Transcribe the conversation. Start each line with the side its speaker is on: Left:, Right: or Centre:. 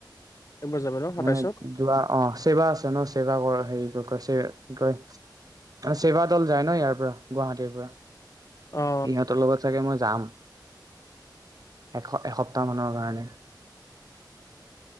Left: এইবাৰ যাবি ন সাতাইছত
Right: মানে <unintelligible> কিবা অ চেৱা আছে ন চেৱা কৰা হেৰি কি কয় চে কি কয়। মানে ছেভা দল যায় ন ইয়াৰ পৰা গুৱাহাটীৰ পৰা।
Left: অ
Right: ইহঁতৰ লগত চাগে মই যাম। এস এসপ্তাহ মানৰ কাৰণে।